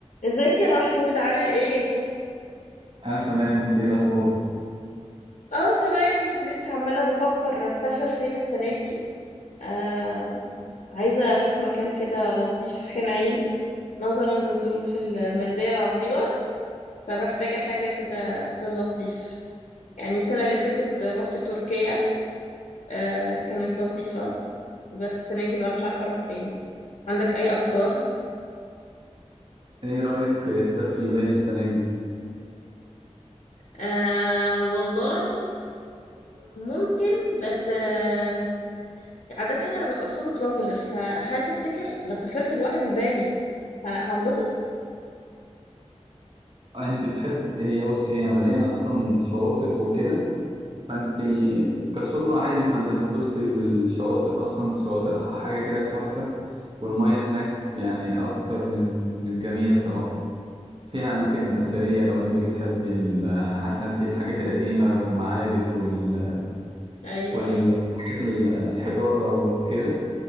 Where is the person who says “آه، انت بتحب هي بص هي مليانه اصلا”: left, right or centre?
Right